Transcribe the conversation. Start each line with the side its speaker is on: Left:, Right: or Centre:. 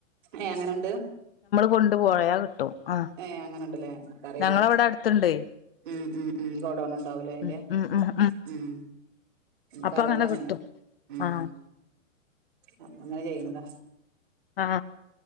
Right: ഏ അങ്ങനെണ്ട്
Left: കൊണ്ട് പോയാൽ കിട്ടും ആഹ്
Right: ഏ അങ്ങനെയുണ്ട് ഇല്ലേ അറിയില്ല
Left: ഞങ്ങളവിടെ അടുത്തുണ്ടേ
Right: ഉം ഉം ഉം ഗോഡൗൺ ഉണ്ടാവുലെ അയിന്റെ
Left: ഉം ഉം ഉം
Right: ഉം എന്ക്ക്ക്കറീല
Left: അപ്പൊ
Right: അങ്ങനെ
Left: കിട്ടും
Right: ഉം
Left: ആഹ്
Right: ആ അങ്ങനെ ചെയ്യുന്നതാ
Left: ആ